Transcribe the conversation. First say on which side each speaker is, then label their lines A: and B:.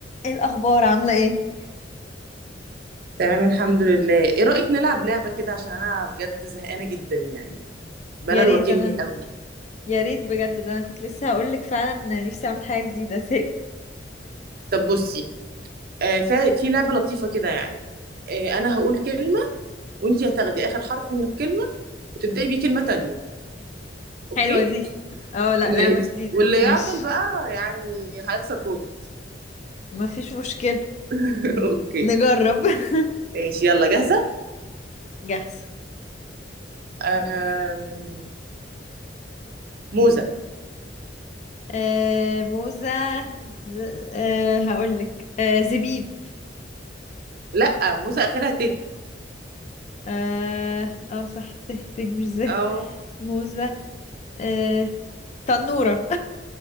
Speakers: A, on the left; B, on the right.
A: ايه الاخبار عامله ايه
B: تمام الحمد لله ايه رأيك نلعب لعبة كده عشان انا بجد زهقانة جدا يعني ملل
A: يا ريت
B: واكلني
A: انا
B: قوي
A: يا ريت بجد ده انا كنت لسه هقولك فعلا نفسي اعمل حاجه جديده زهقت
B: طب بصي آه فا- في لعبة لطيفة كده يعني آه انا هقول كلمة وانتي هتاخدي اخر حرف من الكلمة وتبدأي بيه كلمة تانية اوكي
A: حلوه دي اه لا لعبه
B: ماشي
A: جديده
B: واللي
A: ماشي
B: يعطل بقى يعني هيخسر بوينت
A: مفيش مشكله
B: <laughs> اوكي
A: نجرب <laughs>
B: ماشي يلا جاهزة
A: جاهزه
B: آم... موزة
A: آه موزه ز... آه هقولك آه زبيب
B: لا موزة اخرها ت
A: اه آه، صح ته ته مش زي
B: اه
A: موزه آه تنوره